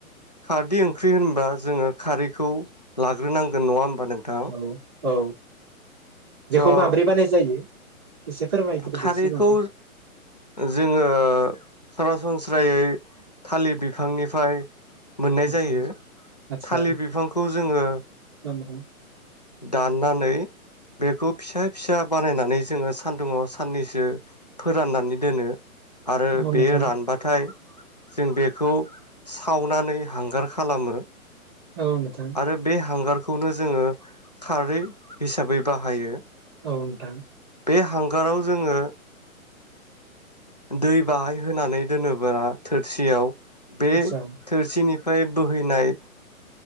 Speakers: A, on the left; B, on the right.
A: खारदै ओंख्रि होनबा जोङो खारैखौ लाग्रोनांगोन नङा होन बा नोंथां
B: औ औ
A: स'
B: बेखौ माब्रै बानाय जायो एसे फोरमायग्रोदो
A: खारैखौ
B: सिगाङाव
A: जोङो सरासनस्रा स्रायै थालिर बिफांनिफ्राय मोननाय
B: आदसा
A: जायो
B: आदसा
A: थालिर बिफांखौ जोङो
B: औ नोंथां
A: दाननानै बेखौ फिसा फिसा बानायनानै जोङो सानदुङाव साननैसो फोराननानै दोनो आरो
B: औ
A: बेयो
B: नोंथां
A: रानबाथाय जों बेखौ सावनानै हांगार खालामो
B: औ नोंथां
A: आरो बे हांगार बेखौनो जोङो खारै हिसाबै बाहायो
B: औ नोंथां
A: बे हांगाराव जोङो दै बाहाय होनानै दोनोबा थोरसियाव बे
B: आदसा
A: थोरसिनि फाय बोहैनाय